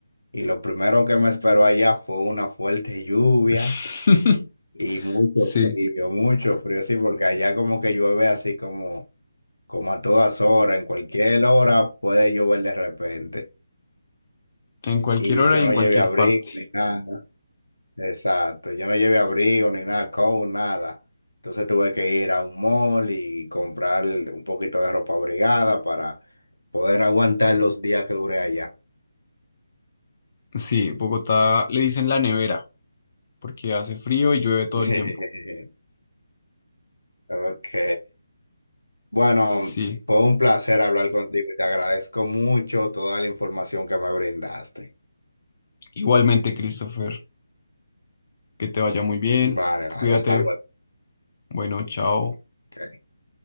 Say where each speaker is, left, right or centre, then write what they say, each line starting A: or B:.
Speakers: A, on the left; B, on the left.
A: y lo primero que me esperó allá fue una fuerte <laughs> lluvia
B: <laughs>
A: y mucho
B: Sí,
A: frío, mucho frío, sí, porque allá como que llueve así como, como a todas horas, en cualquier hora puede llover de repente.
B: En cualquier
A: Y
B: hora
A: yo
B: y
A: no
B: en cualquier
A: llevé abrigo
B: parte.
A: ni nada. Exacto. Yo no llevé abrigo ni nada, coat, nada. Entonces tuve que ir a un mall y comprar un poquito de ropa abrigada para poder aguantar los días que duré allá.
B: Sí, Bogotá le dicen la nevera, porque hace frío y llueve todo
A: <laughs>
B: el tiempo.
A: Ok. Bueno,
B: Sí,
A: fue un placer hablar contigo y te agradezco mucho toda la información que me brindaste.
B: igualmente, Christopher, que te vaya muy bien,
A: Vale, vale,
B: cuídate,
A: hasta luego.
B: bueno, chao.
A: Ok, chao.